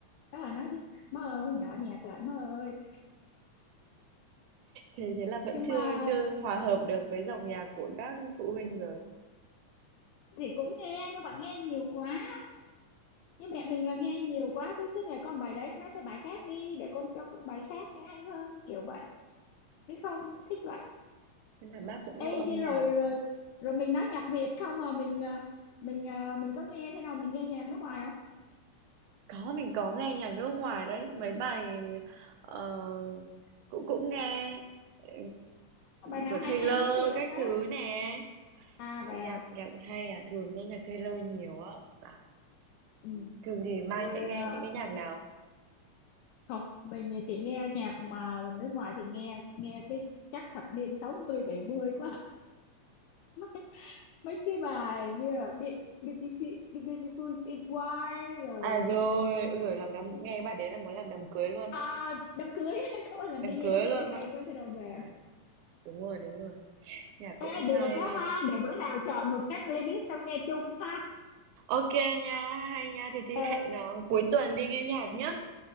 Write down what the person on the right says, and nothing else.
thì thế là vẫn
chưa
chưa hòa hợp được với dòng nhạc của các phụ huynh rồi.
Nên là bác cũng
yêu âm
nhạc.
Có mình có nghe nhạc nước ngoài đấy, mấy bài ờ, cũng cũng nghe ờ,
của
Taylor
các
thứ nè.
Nhạc
nhạc hay à, thường nghe nhạc Taylor nhiều á. À,
thường thì Mai
sẽ nghe
những cái nhạc nào?
À rồi, ôi giời làm đám nghe bạn đấy là muốn làm đám cưới luôn
á,
đám
cưới
luôn
á.
Đấy, đúng rồi, đúng rồi. Nhạc
cũng
hay.
Ok nha, hay nha. Thì thì
hẹn nó cuối tuần đi nghe nhạc nhá.